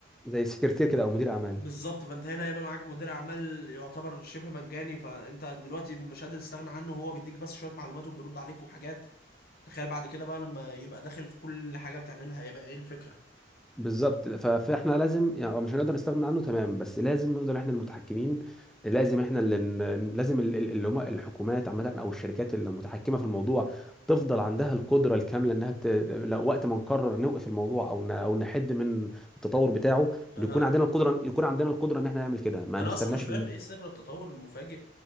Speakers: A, in the centre; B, on the left.
A: زي سكرتير كده او مدير اعمال
B: بالظبط فانت هنا هيبقى معاك مدير اعمال يعتبر شبه مجاني فانت دلوقتي مش قادر تستغنى عنه هو بيديك بس شويه معلومات وبيرد عليك وحاجات تخيل بعد كده بقى لما يبقى داخل في كل حاجه بتعملها هيبقى ايه الفكره
A: بالظبط ف- فاحنا لازم يعني آه، مش هنقدر نستغنى عنه تمام بس لازم نفضل احنا المتحكمين لازم احنا اللي ن- لازم ال- ال- اللي هم الحكومات عامه او الشركات المتحكمه في الموضوع تفضل عندها القدره الكامله انها ت... لو وقت ما نقرر نوقف الموضوع او ن... او نحد من التطور بتاعه
B: اها
A: نكون عندنا القدره يكون عندنا القدره ان احنا نعمل كده ما
B: انا
A: نستناش
B: اصلا مش فاهم ايه سر التطور المفاجئ